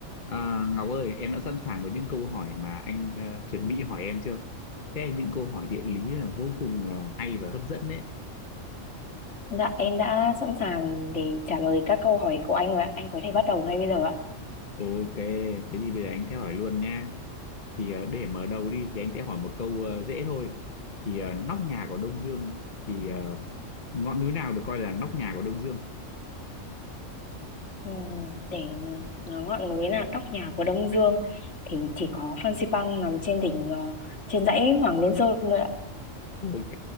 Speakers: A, on the left; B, on the left.
A: À, Ngọc ơi, em đã sẵn sàng với những câu hỏi mà anh ờ, chuẩn bị hỏi em chưa? Thế những câu hỏi địa lý là vô cùng là hay và hấp dẫn đấy.
B: Dạ, em đã sẵn sàng để trả lời các câu hỏi của anh rồi ạ. Anh có thể bắt đầu ngay bây giờ ạ.
A: Ok, thế thì bây giờ anh sẽ hỏi luôn nha. Thì ờ, để mở đầu đi thì anh sẽ hỏi một câu ờ, dễ thôi. Thì ờ, nóc nhà của Đông Dương thì ờ, ngọn núi nào được coi là nóc nhà của Đông Dương?
B: Ừm, Để nói ngọn núi là nóc nhà của Đông Dương thì chỉ có Phan Xipang nằm trên đỉnh ờ, trên dãy Hoàng Liên Sơn thôi ạ.
A: Ok,